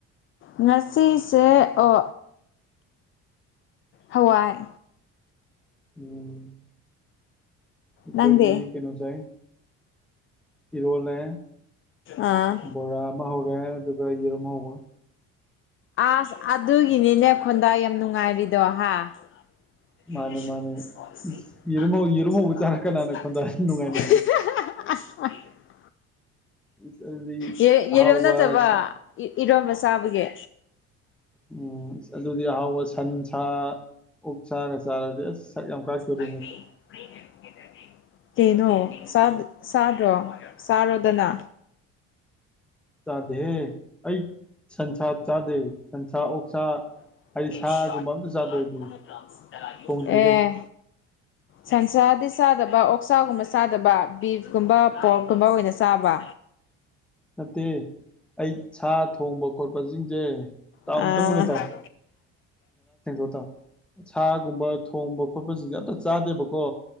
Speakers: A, on the left; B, in the centre.
A: ꯉꯁꯤꯁꯦ ꯑꯣ ꯍꯋꯥꯏ
B: ꯎꯝ ꯑꯩꯈꯣꯏꯗꯤ
A: ꯅꯪꯗꯤ
B: ꯀꯩꯅꯣ ꯆꯥꯏ ꯏꯔꯣꯜꯂꯦ
A: ꯑꯥ
B: ꯕꯣꯔꯥ ꯑꯃ ꯍꯧꯔꯦ ꯑꯗꯨꯒ ꯌꯦꯔꯨꯝ ꯍꯧꯕꯒ
A: ꯑꯁ ꯑꯗꯨꯒꯤꯅꯤꯅꯦ ꯈꯣꯟꯗꯥ ꯌꯥꯝ ꯅꯨꯡꯉꯥꯏꯔꯤꯗꯣ ꯍꯥ <unintelligible>
B: ꯃꯥꯅꯦ ꯃꯥꯅꯦ ꯏꯁ ꯌꯦꯔꯨꯝ ꯍꯧ ꯌꯦꯔꯨꯝ ꯍꯧꯕ ꯆꯥꯔ
A: <unintelligible>
B: ꯀꯅꯥꯅ ꯈꯣꯟꯗꯥ ꯅꯨꯡꯉꯥꯏꯅꯒꯦ ꯏꯁ ꯑꯗꯨꯗꯤ
A: ꯌꯦ ꯌꯦꯔꯨꯝ
B: ꯑꯍꯥꯎꯕ
A: ꯅꯠꯇꯕ
B: ꯁꯥ
A: ꯏꯔꯣꯝꯕ ꯆꯥꯕꯒꯤ
B: ꯎꯝ ꯑꯗꯨꯗꯤ ꯑꯍꯥꯎꯕ ꯁꯟ ꯁꯥ ꯑꯣꯛ ꯁꯥꯒ ꯆꯥꯔꯗꯤ ꯑꯁ ꯁꯛ ꯌꯥꯝ ꯀꯥꯛꯇꯣꯔꯤ
A: <unintelligible> ꯀꯩꯅꯣ ꯆꯥꯗ ꯆꯥꯗ꯭ꯔꯣ ꯆꯥꯔꯣꯗꯅ
B: ꯆꯥꯗꯦꯍꯦ ꯑꯩ ꯁꯟꯁꯥ ꯆꯥꯗꯦ ꯁꯟꯁꯥ ꯑꯣꯛꯁꯥ
A: <unintelligible>
B: ꯍꯥꯏꯗꯤ ꯁꯥꯒꯨꯝꯕ ꯑꯝꯇ ꯆꯥꯗꯦ ꯑꯩꯗꯤ ꯊꯣꯡꯗ꯭ꯔꯤꯈꯩ
A: ꯑꯦ ꯁꯟꯁꯥꯗꯤ ꯆꯥꯗꯕ ꯑꯣꯛꯆꯥꯒꯨꯝꯕ ꯆꯥꯗꯕ ꯕꯤꯐꯀꯨꯝꯕ ꯄꯣꯛ ꯀꯨꯝꯕ ꯑꯣꯏꯅ ꯆꯥꯕ
B: ꯅꯠꯇꯦ ꯑꯩ ꯁꯥ ꯊꯣꯡꯕ ꯈꯣꯠꯄ ꯁꯤꯡꯁꯦ ꯇꯥꯎ
A: ꯑꯥ
B: ꯑꯝꯇ ꯃꯨꯟꯅ ꯇꯥꯎ <unintelligible> ꯁꯥꯒꯨꯝꯕ ꯊꯣꯡꯕ ꯈꯣꯠꯄꯁꯤꯡꯁꯦ ꯆꯥꯗꯦꯕꯀꯣ